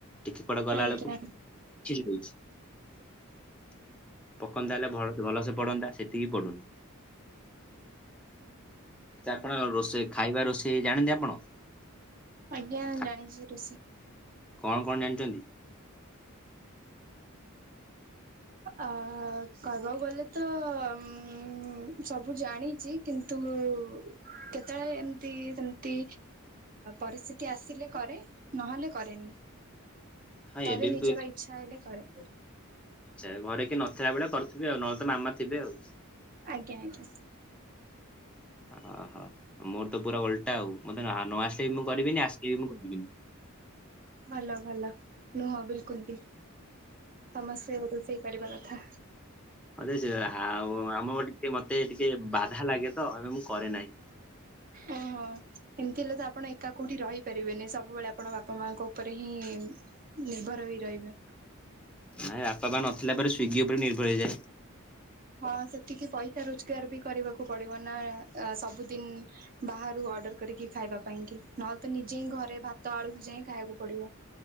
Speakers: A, in the centre; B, on the right.
A: ଟିକେ କୁଆଡେ ଗଲା
B: ଆଜ୍ଞା
A: ବେଳକୁ <unintelligible> ପକନ୍ତା ହେଲେ ଭଲସେ ପଡନ୍ତା ସେତିକି ପଡୁନି। ଆପଣ ରୋଷେଇ ଖାଇବା ରୋଷେଇ ଜାଣନ୍ତି ଆପଣ?
B: ଆଜ୍ଞା
A: ଖା-
B: ଜାଣିଛି ରୋଷେଇ।
A: କଣ କଣ ଜାଣିଛନ୍ତି?
B: ଆ କହିବାକୁ ଗଲେ ତ ଉ ସବୁ ଜାଣିଛି। କିନ୍ତୁ କେତେବେଳେ ଏମିତି ସେମିତି ପରିସ୍ଥିତି ଆସିଲେ କରେ। ନହେଲେ କରେନି
A: ହଁ
B: କରେ
A: ଏବେ
B: ନିଜର
A: ବି
B: ଇଚ୍ଛା ହେଲେ କରେ।
A: ଆଚ୍ଛା ଘରେ କେଇ ନଥିଲା ବଳେ କରଥିବେ ଆଉନହଲେ ତ ମାମା ଥିବେ ଆଉ।
B: ଆଜ୍ଞା ଆଜ୍ଞା।
A: ହଁ ହଁ ମୋର ତ ପୁରା ଓଲଟା ଆଉ ମୋତେ ନ ଆସିଲେ ବି ମୁଁ କରିବିନି ଆସିଲେ ବି ମୁଁ କରିବିନି।
B: ଭଲ ଭଲ ନୁହଁ ବିଲକୁଲ ବି ସମସ୍ତେ ରୋଷେଇ କରିବା କଥା।
A: <unintelligible> ଆଉ ଆମ ଗୋ ଟିକେ ମତେ ଟିକେ ବାଧା ଲାଗେ ତ ଆବେ ମୁଁ କରେ ନାହିଁ।
B: ଓହୋ। ହଁ ଏମିତି ହେଲେ ତ ଆପଣ ଏକା କୋଉଠି ରହିପାରିବେନି ସବୁବେଳେ ଆପଣ ବାପା ମାଙ୍କ ଉପରେ ହିଁ ନିର୍ଭର ହେଇ ରହିବେ।
A: ନାଇଁ ବାପା ପା ନଥିଲା ପରେ ସ୍ଵିଗି ଉପରେ ନିର୍ଭର ହେଇଯାଏ।
B: ହଁ ସେତିକି ପଇସା ରୋଜଗାର ବି କରିବାକୁ ପଡିବ ନା ସବୁଦିନ ବାହାରୁ ଅର୍ଡର କରିକି ଖାଇବା ପାଇଁ କିି ନହେଲେ ତ ନିଜେ ହିଁ ଘରେ ଭାତ ଆଳୁ ଯାଇ ହଁ ଖାଇବାକୁ ପଡିବ।